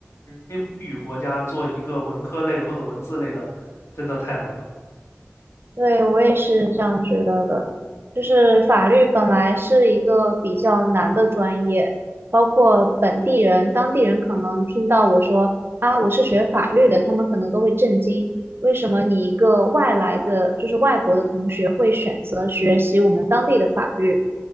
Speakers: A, on the left (about 70°); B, on the right (about 55°).
A: 非母语国家做一个文科类或者文字类的，真的太难了。
B: 对，我也是这样觉得的。就是法律本来是一个比较难的专业，包括本地人、当地人可能听到我说啊，我是学法律的，他们可能都会震惊，为什么你一个外来的，就是外国的同学会选择学习我们当地的法律？